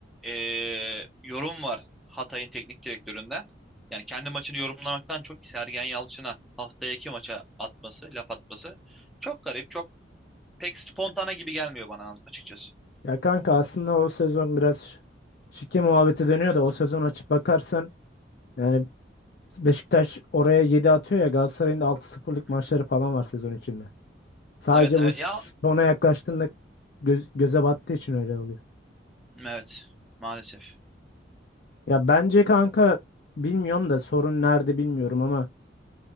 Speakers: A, in the centre; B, on the left.
A: e, yorum var Hatay'ın teknik direktöründen. Yani kendi maçını yorumlamaktan çok Sergen Yalçın'a haftaki maça atması, laf atması çok garip, çok pek spontane gibi gelmiyor bana açıkçası.
B: Ya kanka aslında o sezon biraz şike muhabbeti dönüyor da o sezon açıp bakarsan yani Beşiktaş oraya 7 atıyor ya Galatasaray'ın da altı sıfırlık
A: Hı
B: maçları
A: hı.
B: falan var sezon içinde. Sadece
A: Evet, evet
B: bu
A: ya
B: sona yaklaştığında göz- göze battığı için öyle oluyor.
A: evet maalesef.
B: Ya bence kanka bilmiyorum da sorun nerede bilmiyorum ama